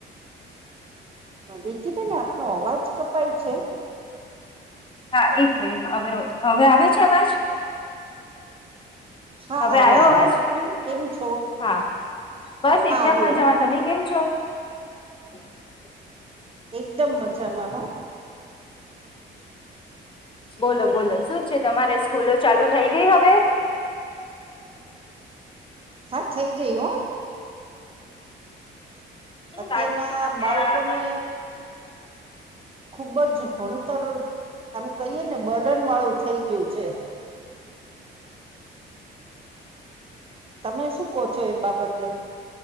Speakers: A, on the right (about 30°); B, on the left (about 25°).
A: હ જોી જ પણ ના નો અવાજ કપાય છે
B: હા એક મિનિટ હવે હવે આવે છે અવાજ
A: હા
B: હવે
A: આવે આવ્યો
B: અવાજ
A: હ બે કેમું છો
B: હા બસ
A: હા
B: એકદમ
A: આવ્યો
B: મજામાં
A: હ
B: તમે કેમ <inaudible>
A: એકદમ મજામાં હો
B: બોલો બોલો શું છે તમારે સ્કૂલો ચાલુ થઈ ગઈ હવે
A: હા થઈ ગયું હ
B: શું
A: અત્યારના
B: લાગે છે તમને
A: બાળકોને
B: આ
A: ખુબ જ ભણતર એમ કહીએ ને બર્ડન વાળું થઈ ગયું છે તમે શું કહો છો એ બાબતે